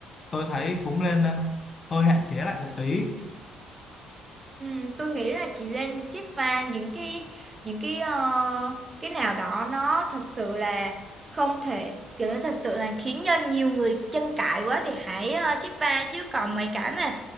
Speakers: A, on the left; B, on the right.
A: tôi thấy cũng nên ờ, hơi hạn chế lại một tí.
B: Ừ, tôi nghĩ là chị lên chiết pha những cái những cái ờ, cái nào đó nó thật sự là không thể kiểu nó thật sự là khiến cho nhiều người tranh cãi quá thì hãy uh, chiết pha chứ còn mấy cái mà